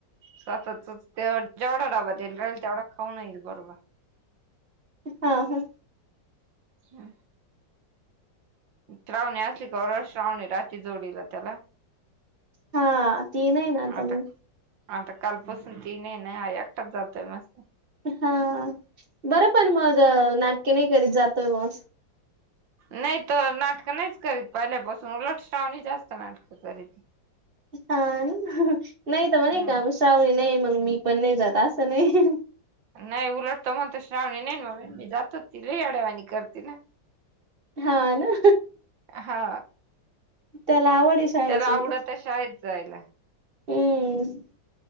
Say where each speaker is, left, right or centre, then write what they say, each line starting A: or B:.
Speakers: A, on the right; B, on the right.
A: स्वतत ते जेवढा डबा देईला राहील तेवढा खाऊन येईल बरोबर
B: हा हा
A: हम श्रावणी असली का वरज श्रावणी रात्री जोडीला त्याला
B: हा तन ये नातानी
A: आता आता कालपासून तीन ना हा एकटच जातोय मस्त
B: हा बरं पण मग नाटके नाही करीत जातोय व.
A: नाही तर नाटकं नाहीच करीत पहिल्यापासून उलटष्टावणी जास्त नाटकं करीत.
B: हा नाही तर मणे
A: हम्म
B: का श्रावणी नाही मग मी पण नाही जात असं नाही.
A: नाही उलटतो म्हणत श्रावणी नाही म मी जातो ति ल अडवाणी करते ना.
B: हा ना
A: हा
B: त्याला आवड शाळेची
A: त्याला आवडत तशा आहेत जायला.
B: हम्